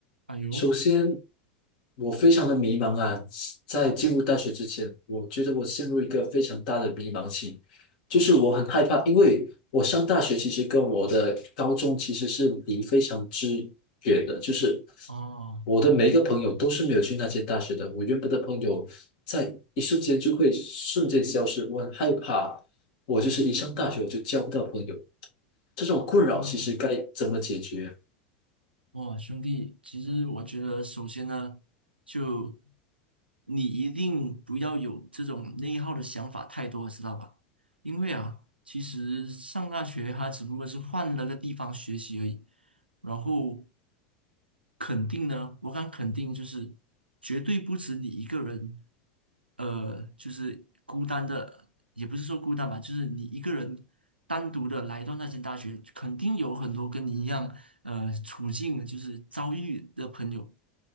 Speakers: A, on the right; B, on the left.
A: 哎呦，
B: 首先，我非常的迷茫啊，在进入大学之前，我觉得我陷入一个非常大的迷茫期。就是我很害怕，因为我上大学其实跟我的高中其实是离非常之远的，就是
A: 哦
B: 我的每一个朋友都是没有去那些大学的，我原本的朋友在一瞬间就会瞬间消失，我很害怕，我就是一上大学我就交不到朋友，这种困扰其实该怎么解决啊
A: 哦，哇，兄弟，其实我觉得首先呢，就你一定不要有这种内耗的想法太多，知道吧？因为啊，其实上大学它只不过是换了个地方学习而已。然后肯定呢，我敢肯定就是绝对不止你一个人，呃，就是孤单的，也不是说孤单吧，就是你一个人单独的来到那间大学，肯定有很多跟你一样，呃，处境就是遭遇的朋友